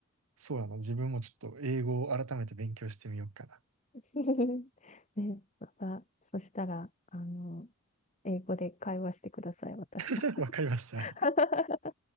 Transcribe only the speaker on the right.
そうやな。自分もちょっと英語を改めて勉強してみようかな。
<laughs> わかりました。